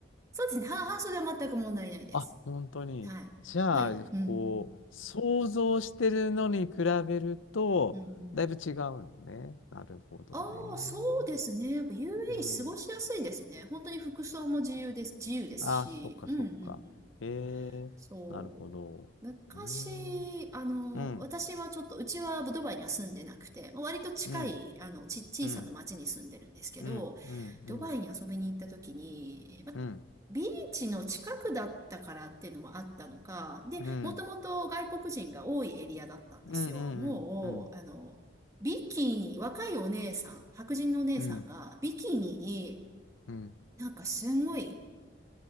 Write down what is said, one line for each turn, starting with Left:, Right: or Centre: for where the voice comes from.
Right: そうですね、半半袖は全く問題ないです。
Left: あ、本当に。
Right: はい。
Left: じゃあ、
Right: まあ、ゆうん、
Left: こう、
Right: うん、
Left: 想像してるのに比べると、
Right: うん、うん。
Left: だいぶ違うのね。なるほどね。
Right: ああ、そうですね。やっぱ UAE
Left: うん。
Right: 過ごしやすいですね。本当に服装も自由です、自由ですし。
Left: あ、そっかそっか。
Right: うんうんうん。
Left: えー、
Right: そう。
Left: なるほど。
Right: 昔、
Left: うーん。
Right: あの、
Left: うん、
Right: 私はちょっと、うちはドバイには住んでなくて、まあ割と近い、
Left: うん、
Right: あの、ち、小さな町に住んでるんですけど、
Left: うん、うん、うん、
Right: ドバイに遊びに行った時に、
Left: うん、
Right: まあ
Left: うん、
Right: ビーチの近くだったからっていうのもあったのか、で、
Left: うん、
Right: もともと外国人が多いエリアだったんですよ。
Left: うん、うん、
Right: もう、
Left: うん、
Right: あの、ビキニ、若いお姉さん、白人のお姉さんが、
Left: うん、
Right: ビキニに
Left: うん、
Right: なんかすんごい、